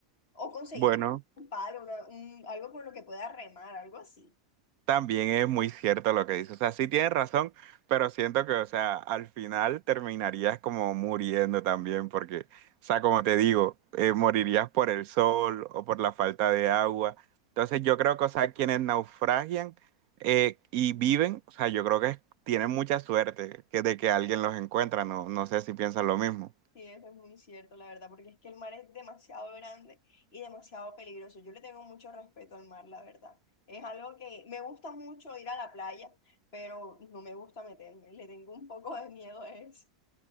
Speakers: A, on the left; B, on the right.
A: o conseguir
B: Bueno.
A: un palo, una- un- algo con lo que pueda remar, algo así.
B: También es muy cierto lo que dices. O sea, sí tienes razón, pero siento que, o sea, al final terminarías como muriendo también, porque, o sea, como te digo, eh, morirías por el sol o por la falta de agua. Entonces, yo creo que, o sea, quienes naufragian eh, y viven, o sea, yo creo que tienen mucha suerte que de que alguien los encuentra. No, no sé si piensan lo mismo.
A: Sí, eso es muy cierto, la verdad, porque es que el mar es demasiado grande y demasiado peligroso. Yo le tengo mucho respeto al mar, la verdad. Es algo que me gusta mucho ir a la playa, pero no me gusta meterme. Le tengo un poco de miedo a eso.